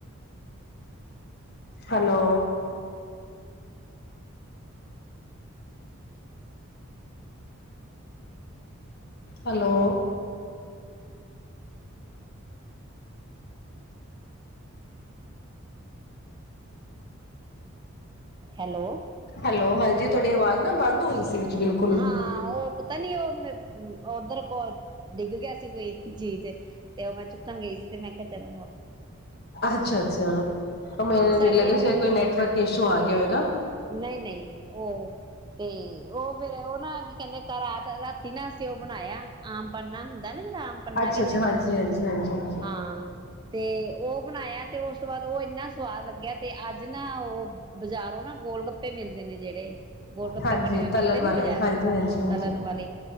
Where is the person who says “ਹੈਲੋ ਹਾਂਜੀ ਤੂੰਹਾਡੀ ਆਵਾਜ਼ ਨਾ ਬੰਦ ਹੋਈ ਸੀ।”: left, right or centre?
Left